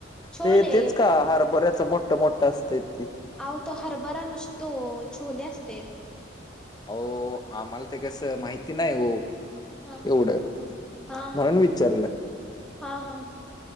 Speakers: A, in the centre; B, on the left.
A: छोले
B: ते तेच का हरभऱ्याचं मोठं मोठं असतंय ते.
A: अहो तो हरभरा नसतो छोले असतेत.
B: अहो आम्हाला ते कसं माहिती नाय ओ
A: हा हा
B: एवढं
A: हा हा
B: म्हणून
A: हा हा
B: विचारलं
A: हा हा हा